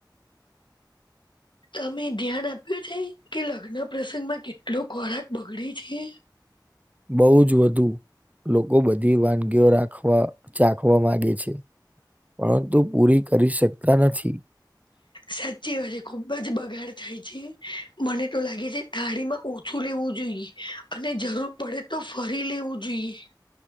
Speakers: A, on the left; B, on the right.
A: તમે ધ્યાન આપ્યું છે, કે લગ્ન પ્રસંગ માં કેટલો ખોરાક બગડે છે.
B: બહુ જ વધુ લોકો, બધી વાનગીઓ રાખવા ચાખવા માંગે છે. પરંતુ પૂરી કરી શકતા નથી.
A: સાચી વાત છે ખુબ જ બગાડ થાય છે, મને તો લાગે છે. થાળીમાં ઓછું લેવું જોઈએ, અને જરૂર પડે તો ફરી લેવું જોઈએ